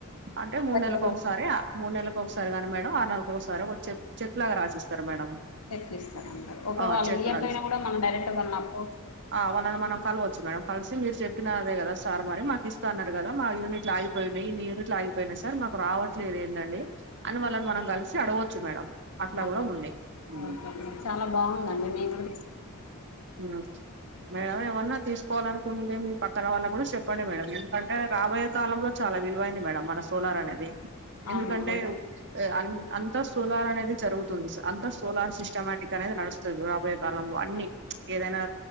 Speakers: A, on the right; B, on the left.
A: అంటే
B: మన
A: మూడు
B: దగ్గర
A: నెలలకు
B: కొంటున్నారు
A: ఒకసారి గాని మేడం ఆ నెల ఓకసారి ఒక చెక్ లాగా రాసి ఇస్తారు మేడం
B: చెక్కు ఇస్తారంట ఒకవేళ
A: ఆ
B: వాళ్ళు
A: చెక్
B: ఇయ్యపోయినా
A: లాగా
B: కూడా మనం డైరెక్ట్ వాళ్ళని అడుగచ్చు
A: ఆ వాళ్ళని మనం కలవచ్చు మేడం కలిసి మీరు చెప్పినదే కదా సార్ మరి మాకు ఇస్తా అన్నారు కదా మా యూనిట్లు ఆగిపోయినాయి ఇట్లా ఆగిపోయినయ్ సార్ మాకు రావట్లేదు ఏంటండి అని వాళ్ళని మనం కలిసి అడగవచ్చు మేడం అట్లా
B: అవునా
A: కూడా ఉంది హ్మ్.
B: ఓకే అండి చాలా బాగుందండి మేము తిసుకుంటమ్
A: మ్మ్ మేడం ఏవన్నా తీసుకు కోవాలనుకుంటే మీ పక్కన వాళ్ళ కూడా చెప్పండి మేడం ఎందుకంటే రాబోయే కాలంలో చాలా విలువైనది మేడం మన సోలార్ అనేది
B: అవునండి
A: ఎందుకంటే అన్ని అంతా సోలార్ అనేది జరుగుతుంది అంతా సోలార్ సిస్టమేటిక్ అనేది నడుస్తుంది రాబోయే కాలంలో అన్ని ఏదైనా